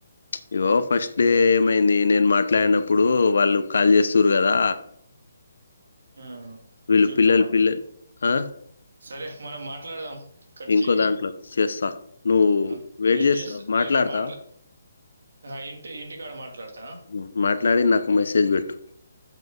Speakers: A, on the left; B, on the right.
A: ఇగో ఫస్ట్ డే ఏమైంది నేను మాట్లాడినప్పుడు వాళ్ళు కాల్ చేస్తుారు కదా
B: ఆ
A: వీళ్ళు
B: చూద్దామన్నారు
A: పిల్లలు పిల్లలు ఆ
B: సరే మనం మాట్లాడదాం కట్
A: ఇంకో
B: చేయి
A: దాంట్లో
B: ఆ!
A: చేస్తా నువ్వు
B: ఆ
A: వెయిట్
B: నేను
A: చేస్తా
B: చేస్త
A: మాట్లాడతా
B: నేను మాట్లా ఆ ఇంటి ఇంటికాడ మాట్లాడతా
A: హ్మ్. మాట్లాడి నాకు మెసేజ్ పెట్టు.